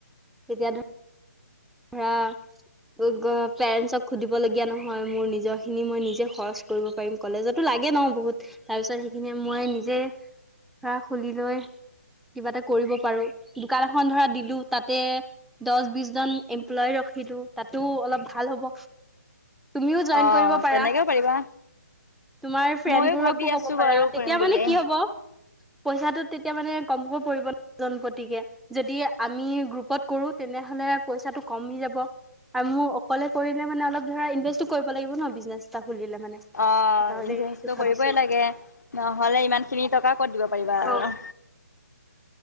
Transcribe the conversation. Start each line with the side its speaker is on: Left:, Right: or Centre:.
Centre: তেতিয়া ধ হ পেৰেন্টছক সুধিবলগীয়া নহয়, মোৰ নিজৰ খিনি মই নিজে খহজ কৰিব পাৰিম কলেজতো লাগে ন বহুত, তাৰ পিছত সেইখিনি মই নিজে ধৰা খুলি লৈ কিবা এটা কৰিব পাৰো, দোকান এখন ধৰা দিলো তাতে দহ বি জন এমপ্লয় ৰখিলো, তাতো অলপ ভাল হ'ব তুমিও জইন
Left: অ
Centre: কৰিব পাৰা।
Left: তেনেকেও পাৰিবা
Centre: তোমাৰ ফ্ৰেণ্ডবোৰকো
Left: ময়ো ভাবি
Centre: কব
Left: আছো
Centre: পাৰা
Left: বাৰু
Centre: তেতিয়া
Left: কৰিম বুলি
Centre: মানে কি হব পইচাটো তেতিয়া মানে কমকৈ পৰিব ন জনপতিকে যদি আমি গ্ৰুপত কৰো তেনেহলে পইচাটো কমি যাব। আৰু মোক অকলে কৰিলে মানে অলপ ধৰা ইনভেষ্টটো কৰিব লাগিব ন? বিজনেছ এটা খুলিলে মানে।
Left: অ,
Centre: সেইকাৰণে
Left: ইনভাৰেঞ্চটো
Centre: সেইটো ভাবিছো
Left: কৰিবই লাগে নহ'লে ইমানখিনি টকা ক'ত দিব পাৰিবা আৰু।
Centre: অ